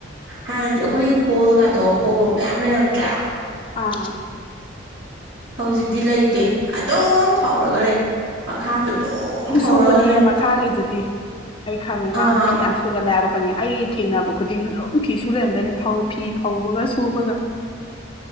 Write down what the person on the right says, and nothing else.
ꯍꯥꯟꯅꯗꯤ ꯑꯩꯈꯣꯏ ꯍꯣꯜꯒꯗꯣ ꯐꯧꯕꯝ ꯃꯌꯥꯝ ꯂꯩꯔꯝꯗ꯭ꯔ
ꯍꯧꯖꯤꯛꯇꯤ ꯂꯩꯇꯦ ꯑꯗꯨꯝ ꯐꯥꯎꯔꯒ ꯂꯩ ꯃꯈꯥꯁꯨ ꯑꯗꯨꯝ ꯐꯧꯔꯒ
ꯂꯩ
ꯑꯥ